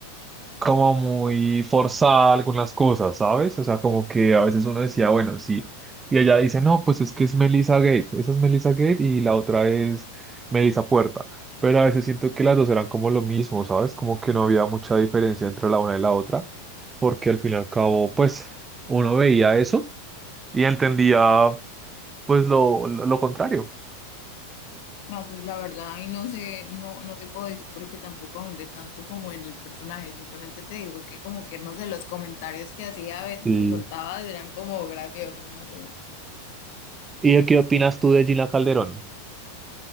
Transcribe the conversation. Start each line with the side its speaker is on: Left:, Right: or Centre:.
Right: como muy forzada algunas cosas, ¿sabes? O sea, como que a veces uno decía, bueno, sí. Y ella dice, no, pues es que es Melissa Gates. Esa es Melissa Gates y la otra es Melissa Puerta. Pero a veces siento que las dos eran como lo mismo, ¿sabes? Como que no había mucha diferencia entre la una y la otra. Porque al fin y al cabo, pues, uno veía eso y entendía, pues, lo, lo, lo contrario.
Left: No, pues la verdad, y no sé, no, no te puedo decir porque tampoco ahondé tanto como en el personaje. Simplemente te digo que como que no sé, los comentarios que hacía a veces
Right: Sí,
Left: que soltaba eran como graciosos, no sé.
Right: ¿Y de qué opinas tú de Gina Calderón?